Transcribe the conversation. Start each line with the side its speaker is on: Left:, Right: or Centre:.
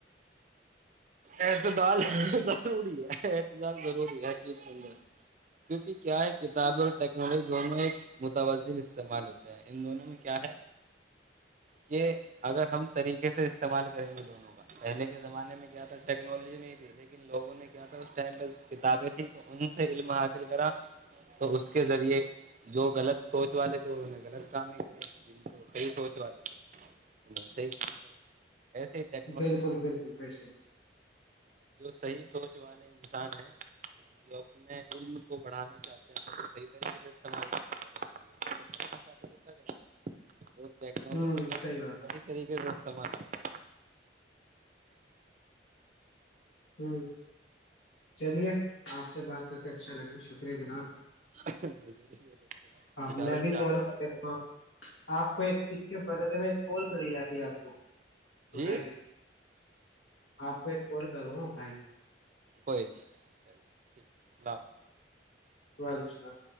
Right: اعتدال ضروری ہے اعتدال ضروری ہے ہر چیز کے اندر کیونکہ کیا ہے کتابیں اور ٹیکنالوجی دونوں ایک متون استعمال ہوتے ہیں ان دونوں میں کیا ہے کہ اگر ہم طریقے سے استعمال کریں گے دونوں کا پہلے کے زمانے میں کیا تھا ٹیکنالوجی نہیں تھی لیکن لوگوں نے کیا تھا اس ٹائم پہ کتابیں تیں تو ان سے علم حاصل کرا تو اس کے ذریعے جو غلط سوچ س والے تھے انہوں نے غلط کام ہی کرے جن کو صحیح سوچ والے تھے انہوں صحیح کام کرے ایسے ہی ٹیکنالوجی
Left: بالکل بالکل بے شک
Right: جو صحیح سوچ والے انسان ہیں جو اپنے علم کو بڑھانا چاہتے ہیں کو صحیح طریقے سے استعمال کرتےتے ہیں نہیں بنا چاہتا وہ کیا کرتا ہے وہ ٹیکنالوجی
Left: ہوں
Right: کا
Left: بات
Right: صحیح طریقے کا استعمال ہے
Left: ہ چلیے آپ سے بات کر کے اچھا لگا شکریہ جناب
Right: مجھے نہیں
Left: ہاں
Right: اجازت
Left: میں بھی
Right: چاہتے
Left: کال کر
Right: ہیں
Left: لیتا ہوں آپ کو آپ کو ایک چز کے بدلے میں کال کری جاتی ہے آپ کو اٹھائیے
Right: جی
Left: آپ کو ایک کال کروں نا اھائی
Right: کوئی نہیں چل ٹھیک سسلام علیکم
Left: وعلیکم السلام